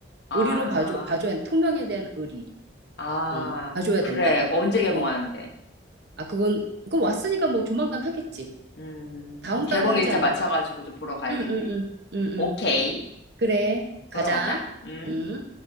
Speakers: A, on the left; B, on the right.
A: 아,
B: 의리로 봐줘, 봐줘야 돼. 통영에 대한 의리.
A: 아,
B: 어, 봐줘야
A: 그래.
B: 된다.
A: 그거 언제 개봉하는데?
B: 어, 아, 그건, 그건 왔으니까 뭐 조만간 하겠지.
A: 음,
B: 다음
A: 그럼 개봉
B: 달에 하지
A: 일자
B: 않을까?
A: 맞춰가지고 좀 보러 가야겠네.
B: 응, 응, 응, 응, 응.
A: 오케이.
B: 그래,
A: 보러
B: 가자.
A: 가자. 음.
B: 응.